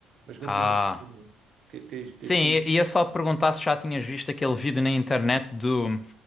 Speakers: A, on the right (about 50°); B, on the left (about 25°).
A: Mas continua.
B: Ah.
A: Que- Queres que,
B: Sim,
A: que-
B: i- ia só perguntar se já tinhas visto aquele vídeo na internet do,